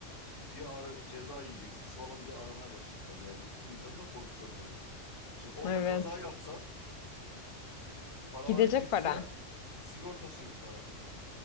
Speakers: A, on the left; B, on the left.
A: diye ara, ceza yiyeceksiniz falan diye aramaya başladılar. Yani insanı da korku salıyor. Şimdi orada
B: Evet.
A: kaza yapsan paralar
B: Gidecek
A: gitse
B: para.
A: sigortası yok paranın.